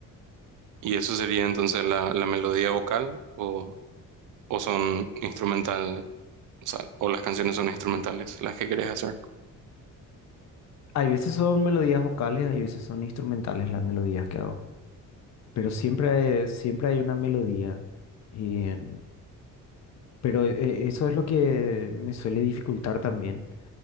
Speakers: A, on the right; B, on the left.
A: ¿Y eso sería entonces la, la melodía vocal o, o son instrumental, o sea, o las canciones son instrumentales, las que querés hacer?
B: Hay veces son melodías vocales, hay veces son instrumentales las melodías que hago. Pero siempre hay, siempre hay una melodía. eh, pero eh, eso es lo que me suele dificultar también.